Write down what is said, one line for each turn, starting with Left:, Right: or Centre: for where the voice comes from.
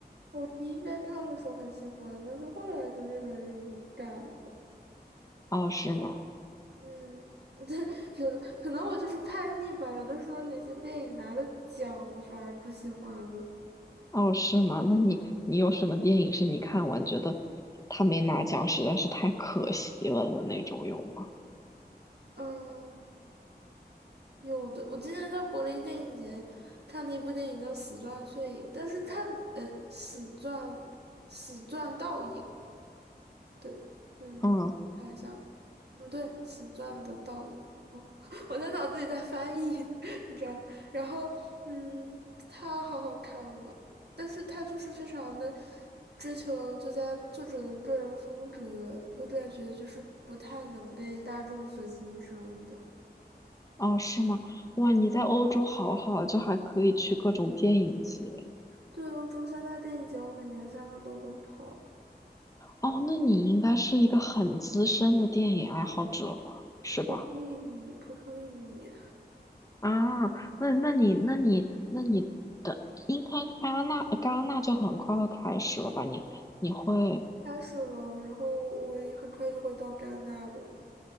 Right: 我第一遍看的时候很喜欢，但是后来就越来越无感了。
Left: 哦，是吗？
Right: 嗯，<laughs> 有可能我就是叛逆吧，有的时候哪些电影拿了奖，我反而不喜欢了。
Left: 哦，是吗？那你你有什么电影是你看完觉得他没拿奖实在是太可惜了的那种有吗？
Right: 嗯。有的，我之前在柏林电影节看了一部电影叫《死钻碎影》，但是它呃，《死钻，死钻倒影》对，嗯，
Left: 嗯，
Right: 看一下，嗯，对，《死钻的倒影》哦，<laughs> 我在脑子里在翻译，<laughs> 你知道吗？然后嗯，它好好看啊，但是它就是非常的追求作家作者的个人风格，我感觉就是不太能被大众所欣赏的。
Left: 哦，是吗？哇，你在欧洲好好，就还可以去各种电影节。
Right: 对，欧洲三大电影节，我每年三月都会跑，
Left: 哦，那你应该是一个很资深的电影爱好者吧？是吧？
Right: 普通一米，普通一米
Left: 啊，那那你那你那你的应该戛纳戛纳就很快会开始了吧？你你会
Right: 开始了，然后我也很快就会到戛纳的。